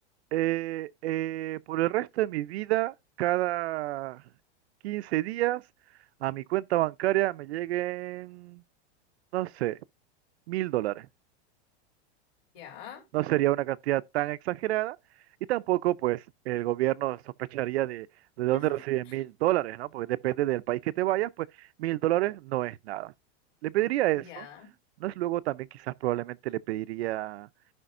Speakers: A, on the right (about 70°); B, on the left (about 45°).
A: eh, eh, por el resto de mi vida, cada 15 días, a mi cuenta bancaria me lleguen, no sé, mil dólares.
B: Ya,
A: No sería una cantidad tan exagerada y tampoco pues el gobierno sospecharía de, de dónde
B: <laughs>
A: recibe mil dólares, ¿no? Porque depende del país que te vayas, pues mil dólares no es nada. Le pediría eso.
B: ya,
A: No es luego también quizás probablemente le pediría,